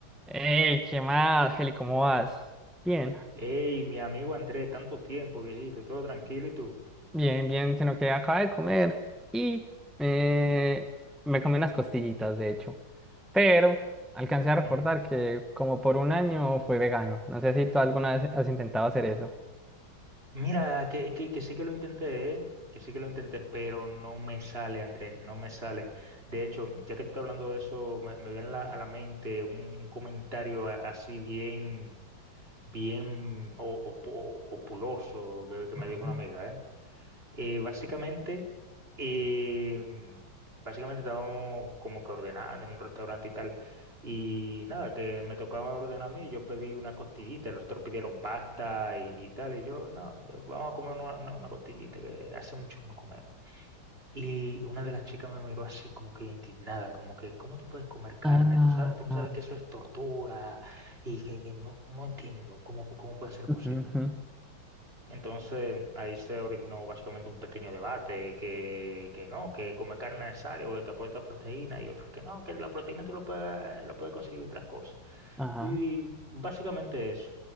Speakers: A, in the centre; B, on the right (about 25°).
A: Hey, ¿qué más, Feli? ¿Cómo vas? Bien,
B: Hey, mi amigo Andrés, tanto tiempo, viejito, todo tranquilo y tú.
A: bien, bien, sino que acabé de comer y eh, me comí unas costillitas, de hecho. Pero alcancé a recordar
B: Ujú.
A: que como por un año fui vegano. No sé si tú alguna vez has intentado hacer eso.
B: Mira, que, que, que sí que lo intenté, ¿eh? Que sí que lo intenté, pero no me sale, Andrés, no me sale. De hecho, ya que tú estás hablando de eso, me, me viene a la, a la mente un, un comentario a- así bien, bien o- opo- opuloso que, que
A: Ajá.
B: me dijo una amiga, ¿eh? Eh, básicamente, eh, básicamente estábamos como que ordenando en un restaurante y tal. Y nada, que me tocaba ordenar a mí, yo pedí una costillita, los otros pidieron pasta y, y tal, y yo, no, vamos a comer una, una, una costillita, que hace mucho que no comemos. Y una de las chicas me miró así como que indignada, como que, ¿cómo tú puedes comer carne?
A: Ah,
B: Tú sabes, tú no sabes que eso es tortura y que, que no, no entiendo cómo, cómo puede ser
A: ujú,
B: posible.
A: ujú,
B: Entonces ahí se originó básicamente un pequeño debate que, que no, que comer carne es necesario, porque te aporta proteína y otros que no, que la proteína tú lo puedes, lo puedes conseguir de otras cosas.
A: Ajá.
B: Y básicamente eso.